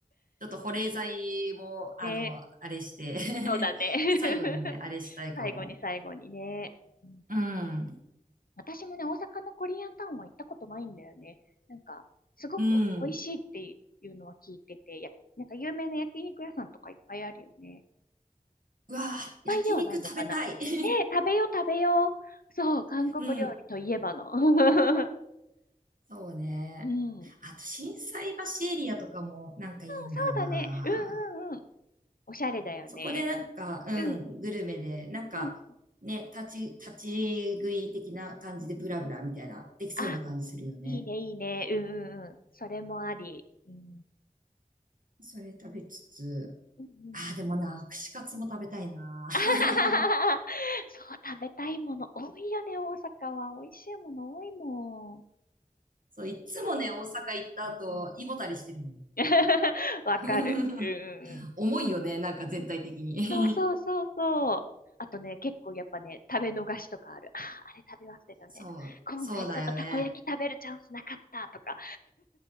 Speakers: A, on the right (about 65°); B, on the left (about 75°).
A: ちょっと保冷剤も、あの、
B: ね、
A: あれして
B: そうだね。
A: <laughs>
B: <laughs>
A: 最後にね、あれしたいかも。
B: 最後に最後にね。うん
A: うん、
B: 私もね、大阪のコリアンタウンは行ったことないんだよね。なんか、すごく美味しいっていうのは聞いてて、
A: うん。
B: や、なんか有名な焼肉屋さんとかいっぱいあるよね。いっ
A: うわぁ、焼肉食べたい。
B: ぱいではないのかな。
A: <laughs>
B: ねえ、食べよう食べよう。そう、韓国料理といえばの。
A: うん。
B: <laughs>
A: そうね。
B: うん。うん
A: あと、心斎橋エリアとかもなんかいいんだよな。
B: そうだね。うんうんうん。おしゃれだよね。
A: そこでなんか、うん、
B: うん。
A: グルメで、なんか、
B: うんうん。
A: ね、立ち、立ち食い的な感じでブラブラみたいな、できそうな感じするよね。
B: あ、いいねいいね。うんうんうん。それもあり。うん。
A: それ食べつつ、
B: うんうん
A: ああ、でもな、串カツも食べたいな。
B: <laughs>
A: <laughs>
B: あはははそう、食べたいもの多いよね、大阪は。美味しいもの多いもん。
A: そう、いつもね、大阪行った後、
B: うんうん
A: 胃もたりしてるも
B: <laughs>。わかる。
A: ん。<laughs>
B: うんうんうん。
A: 重いよね、なんか全体的に。
B: そうそうそうそう。あとね、結構やっぱね、食べ逃しとかある。あー、あれ食べ忘れたみたいな。
A: <laughs> そう、
B: 今回ちょっとたこ焼き食べるチャンスなかったとか、
A: そうだよね。